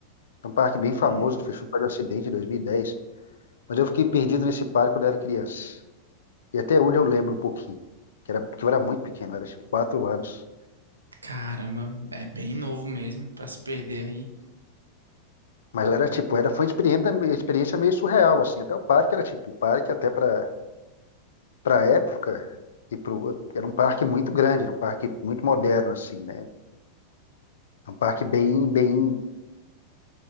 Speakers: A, on the left; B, on the right.
A: É um parque bem famoso
B: hum,
A: que fechou por causa de acidente em 2010. Mas eu fiquei perdido nesse parque quando eu era criança. E até hoje eu lembro um pouquinho. Que era, porque eu era muito pequeno, eu era tipo quatro anos.
B: caramba, é bem novo mesmo, para se perder aí.
A: Mas era tipo, era, foi uma experiência, uma experiência meio surreal, assim. Até o parque era tipo, o parque até para para época, e pro, era um parque muito grande, era um parque muito moderno, assim, né? Era um parque bem, bem,